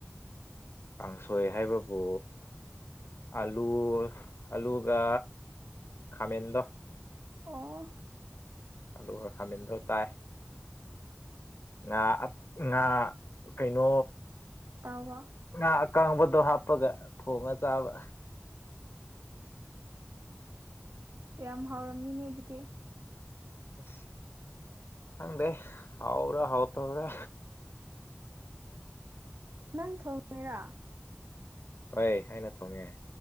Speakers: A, on the left; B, on the right.
A: ꯀꯥꯡꯁꯣꯏ ꯍꯥꯏꯕꯕꯨ ꯑꯂꯨ ꯑꯂꯨꯒ ꯈꯥꯃꯦꯟꯗꯣ
B: ꯑꯣ
A: ꯑꯜꯨ ꯈꯔ ꯈꯥꯜꯗ ꯆꯥꯏ ꯉ ꯉꯥ ꯀꯩꯅꯣ
B: ꯇꯕ
A: ꯉ ꯑꯀꯥꯡꯕꯗꯣ ꯍꯥꯞꯄꯒ ꯊꯣꯡꯉ ꯆꯥꯕ
B: ꯌꯥꯝ ꯍꯥꯎꯔꯝꯅꯤꯅꯦ ꯑꯗꯨꯗꯤ
A: ꯑꯁ ꯈꯪꯗꯦ ꯍꯥꯎ꯭ꯔꯥ ꯍꯥꯎ ꯇꯧ꯭ꯔꯥ
B: ꯅꯪ ꯊꯣꯡꯉꯦꯔꯥ
A: ꯍꯣꯏ ꯑꯩꯅ ꯊꯣꯡꯅꯤꯡ